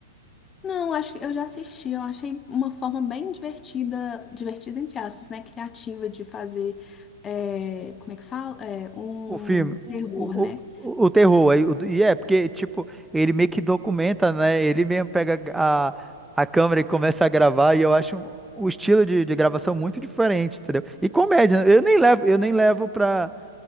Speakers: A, on the left; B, in the centre.
A: Não, acho que eu já assisti, eu achei uma forma bem divertida, divertida entre aspas, né? Criativa de fazer, é, como é que fala? É, um
B: O filme,
A: terror,
B: o, o,
A: né?
B: o o terror, aí, o- e é, porque, tipo, ele meio que documenta, né? Ele mesmo pega a, a câmera e começa a gravar, e eu acho um- o estilo de, de gravação muito diferente, entendeu? E comédia, né? eu nem levo, eu nem levo pra,